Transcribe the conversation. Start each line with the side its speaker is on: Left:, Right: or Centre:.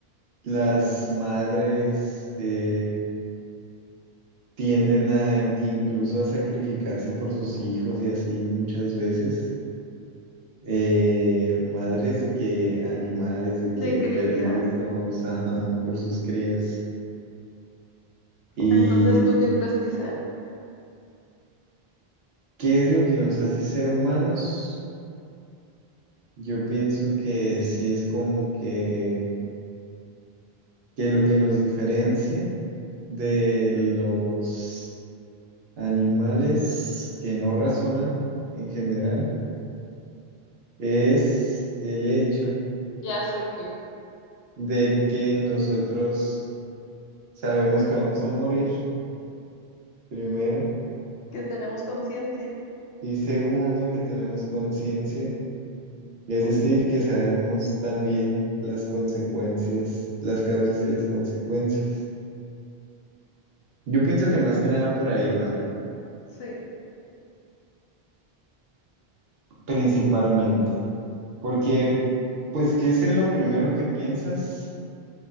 Right: las madres eh, tienden a in- incluso a sacrificarse por sus hijos y así muchas veces. Eh, madres de que animales, de
Left: De
Right: que
Left: crías.
Right: perritos, ajá, por sus crías. ¿Y
Left: Entonces, ¿tú qué crees que sea?
Right: qué es lo que nos hace ser humanos? Yo pienso que sí es como que, que lo que nos diferencia de los animales que no razonan en general es el hecho
Left: Ya sé que.
Right: de que nosotros sabemos que vamos a morir, primero,
Left: que tenemos conciencia.
Right: y segundo, que tenemos conciencia, es decir, que sabemos también las consecuencias, las causas y las consecuencias. Yo pienso que más que nada por ahí va, ¿no?
Left: Sí,
Right: Principalmente, porque pues que es en lo primero que piensas